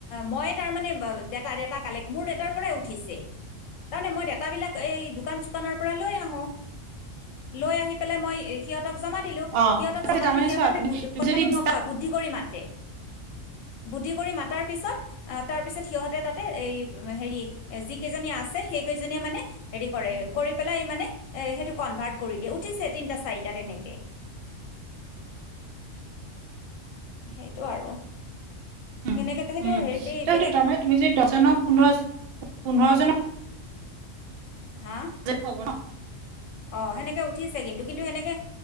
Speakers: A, on the left; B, on the right.
A: মই তাৰ মানে ডাটা ডাটা কালেক্ট, মোৰ দেটাৰ পৰাই উঠিছে তাৰমানে মই দেটাবিলাক এই দোকান চোকানৰ পৰা লৈ আহো। লৈ আহি পেলাই মই সিহঁ সিহঁতক জমা দিলো,
B: অ
A: সিহঁতক জমা
B: তাৰমানে
A: দিলে সিহঁতে
B: চোৱা তুমি তুমি
A: কথাটো
B: যদি বিশটা
A: নকয়, বুদ্ধি কৰি মাত বুদ্ধি কৰি মাতাৰ পিছত তাৰ পিছত সিহতে তাতে এই হেৰি যি কেইজনী আছে সেই কেইজনীয়ে মানে হেৰি কৰে, কৰি পেলাই মানে সেইটো কন্ভাৰ্ত কৰি দিয়ে, উঠিছে তিনটা চাৰিটা তেনেকে। সেইটো আৰু।
B: উম,
A: সেনেকৈ সেইটো
B: ত'
A: হেৰি
B: সেইটো
A: বেলেগ
B: তাৰমানে তুমি যদি দহজনক পোন্ধৰ পোন্ধৰ জনৰ <unintelligible>
A: হা অঁ সেনেকে উঠিছে কিন্তু, কিন্তু সেনেকে